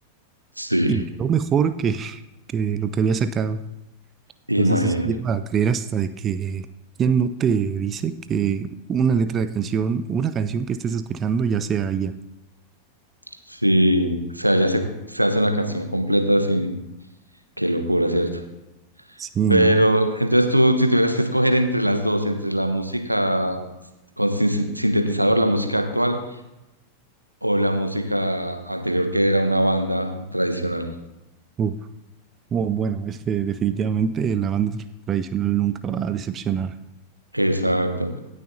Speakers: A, on the right; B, on the right.
A: Sí,
B: y quedó mejor que, <laughs> que lo que había sacado.
A: imagínate.
B: Entonces eso lleva a creer hasta de que quién no te dice que una letra de canción, una canción que estés escuchando ya sea ella.
A: Sí, o sea, ya se, se hace una canción completa sin, Qué locura, ¿cierto?
B: Sí,
A: Pero
B: ¿no?
A: entonces tú, si tuvieras que escoger entre las dos, entre la música con sin- sin- sintetizador, la música actual o la música anterior que era una banda tradicional.
B: Uf. Oh, bueno, es que definitivamente la banda tra- tradicional nunca va a decepcionar.
A: Exacto.